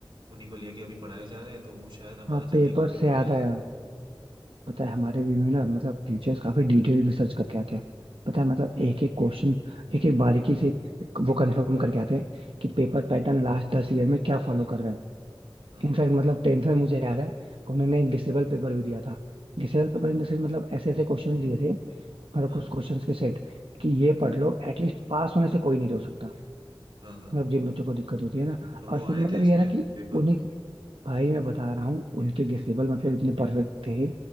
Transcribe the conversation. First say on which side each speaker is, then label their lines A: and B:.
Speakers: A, on the right; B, on the right.
A: उन्हीं को लेके अभी पढ़ाए जा रहे हैं तो वो शायद हमारा
B: हाँ पेपर
A: जल्दी कंप्लीट
B: से
A: हो
B: याद
A: जाएगा
B: आया
A: हम्म
B: पता है हमारे भी में ना मतलब टीचर्स काफी डिटेल रिसर्च करके आते हैं पता है मतलब
A: अच्छा
B: एक एक क्वेश्चन एक एक बारीकी से वो कंफर्म करके आते हैं कि पेपर
A: हाँ
B: पैटर्न लास्ट दस ईयर में क्या फॉलो कर रहा है
A: हाँ
B: इनफैक्ट
A: हाँ
B: मतलब टेंथ में मुझे याद है उन्होंने एक डिसेबल पेपर भी दिया था Disable paper in the sense
A: अच्छा
B: मतलब ऐसे ऐसे क्वेश्चन दिए थे मतलब
A: हाँ
B: कुछ क्वेश्चन के सेट कि ये पढ़ लो एटलीस्ट पास होने से कोई नहीं रोक सकता
A: हाँ हाँ
B: मतलब जिन बच्चों को दिक्कत होती है ना
A: तो वो
B: और फिर
A: आए
B: मतलब
A: थे उसमें
B: ये है ना कि
A: पेपर
B: उन्हें
A: में
B: भाई मैं बता रहा हूँ उनके गेसेबल मतलब इतने परफेक्ट थे